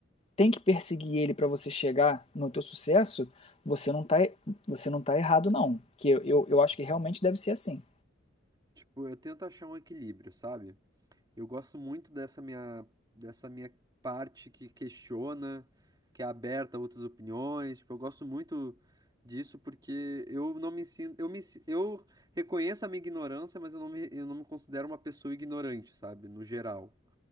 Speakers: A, on the left; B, on the right.
A: tem que perseguir ele para você chegar no teu sucesso, você não tá, você não tá errado, não. Que eu, eu, eu acho
B: uhum.
A: que realmente deve ser assim.
B: Tipo, eu tento achar um equilíbrio, sabe? Eu gosto muito dessa minha, dessa minha parte que questiona, que é aberta a outras opiniões. Tipo, eu gosto muito disso porque eu não me sinto, eu me, si- eu reconheço a minha ignorância, mas eu não me, eu não me considero uma pessoa ignorante, sabe? No geral.